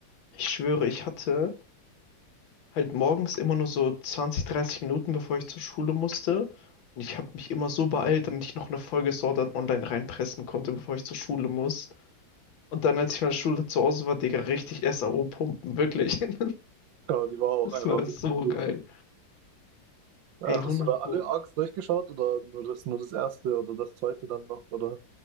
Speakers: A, on the left (about 80°); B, on the right (about 75°).
A: ich schwöre, ich hatte halt morgens immer nur so 20, 30 Minuten, bevor ich zur Schule musste. Und ich habe mich immer so beeilt, damit ich noch eine Folge Sword Art Online reinpressen konnte, bevor ich zur Schule muss. Und dann, als ich von der Schule zu Hause war, Digga, richtig SAO pumpen, wirklich. <laughs>
B: ja, die war auch
A: Das
B: einfach
A: war so
B: richtig gut.
A: geil.
B: Äh,
A: Ey,
B: hast
A: 100
B: du da
A: Pro.
B: alle Arcs durchgeschaut oder nur das, nur das erste oder das zweite dann noch, oder?